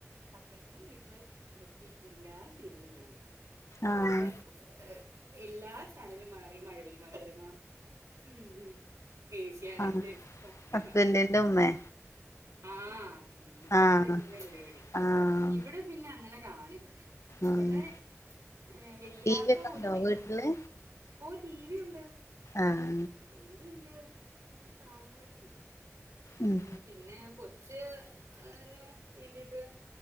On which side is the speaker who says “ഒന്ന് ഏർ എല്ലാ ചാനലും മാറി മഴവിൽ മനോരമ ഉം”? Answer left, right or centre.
Right